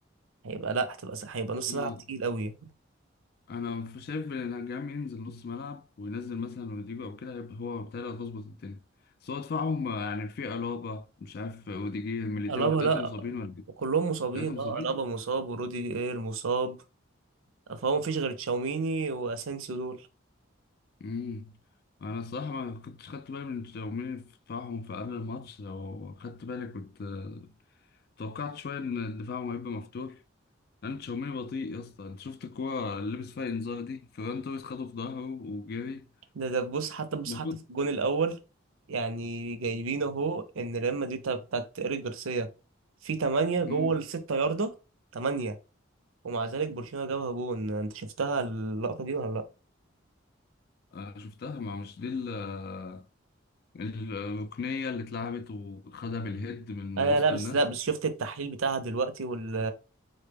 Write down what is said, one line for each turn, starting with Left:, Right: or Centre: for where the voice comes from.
Right: هيبقى لا هتبقى س- هيبقى نص
Left: آه،
Right: ملعب تقيل قوي
Left: انا ف- شايف بيلينجهام ينزل نص ملعب وينزل مثلا رودريجو او كده يبقى هو بالتالي هتظبط الدنيا بس هو دفاعهم آه، يعني في الابا مش عارف اوديجير ميليتاو
Right: الابا
Left: التلاته
Right: لا
Left: مصابين ولا ايه؟
Right: كلهم مصابين
Left: التلاته مصابين
Right: اه الابا مصاب وروديجر مصاب فهو مفيش غير تشاوميني واسانسيو دول
Left: امم انا الصراحه ما كنتش خدت بالي من تمرير دفاعهم في قبل الماتش لو خدت بالي كنت آه، توقعت شويه ان دفاعهم هيبقى مفتوح انا تشاوميني بطيء يا اسطى انت شفت الكوره اللي لبس فيها انذار دي فيران توريس خده في ظهره وجري
Right: ده ده بص حتى بص
Left: المفروض
Right: حتى في الجون الاول يعني جايبين اهو ان ريال مدريد بتاع- بتاعت ايريك جارسيا في 8 جوه
Left: امم
Right: الستة ياردة 8 ومع ذلك برشلونة جابها جون انت شفتها اللقطة دي ولا لا
Left: انا شفتها ما مش دي ال- آه، الركنيه اللي اتلعبت وخدها بالهيد من
Right: انا
Left: وسط
Right: لا بس
Left: الناس
Right: لا بس شفت التحليل بتاعها دلوقتي وال